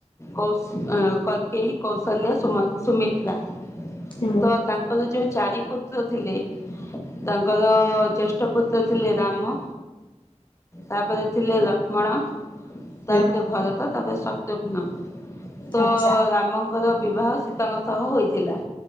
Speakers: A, on the left; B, on the left.
A: କୌଶି କୈକେଇ କୌସଲ୍ୟା ସୁମ ସୁମିତ୍ରା।
B: ହୁଁ
A: ତ ତାଙ୍କର ଯୋଉ ଚାରି ପୁତ୍ର ଥିଲେ ତାଙ୍କର ଜୈ ଷ୍ଟ ପୁତ୍ର ଥିଲେ ରାମ ତାପରେ ଥିଲେ ଲକ୍ଷ୍ମଣ
B: ହୁଁ
A: ତାପରେ ଭରତ ତାପରେ ଶତ୍ରୁଘ୍ନ ତ
B: ଆଚ୍ଛା
A: ରାମଙ୍କର ବିବାହ ସୀତାଙ୍କ ସହ ହୋଇଥିଲା।